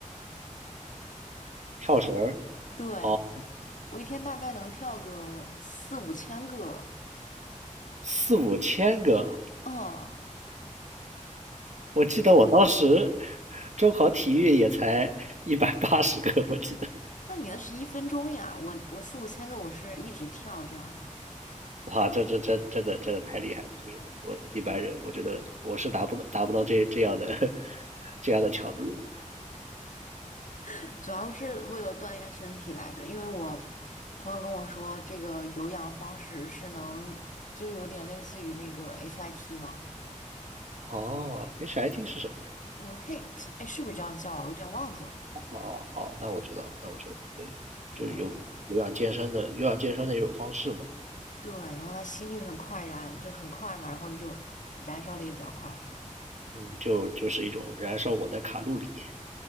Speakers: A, on the right; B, on the left.
A: 跳绳儿，
B: 对，
A: 哦，
B: 我一天大概能跳个四五千个。
A: 四五千个，
B: 嗯，
A: 我记得我当时中考体育也才一百八十个，我记得。
B: 那你那是一分钟呀？我我四五千个，我是一直跳这样子，
A: 哇，这这这真的真的太厉害了！就是我一般人，我觉得我是达不到达不到这这样的 <laughs> 这样的强度的。
B: <laughs> 主要是为了锻炼身体来着。因为我朋友跟我说，这个有氧方式是能，就有点类似于那个 HIT 嘛，
A: 哦，HIT 是什么呀？
B: 那个 HIT，哎，是不是这样叫啊我有点忘记了。
A: 哦哦，那我知道了，那我知道了，对，
B: 对
A: 就有有氧健身的有氧健身的一种方式嘛，
B: 对，然后它心率很快燃，就很快嘛，然后你就燃烧的也比较快。
A: 嗯，就就是一种燃烧我的卡路里。